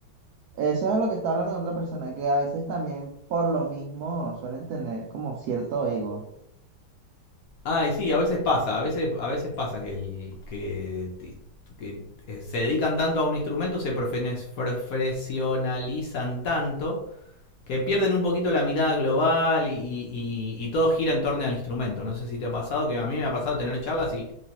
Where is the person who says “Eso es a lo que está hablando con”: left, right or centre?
Right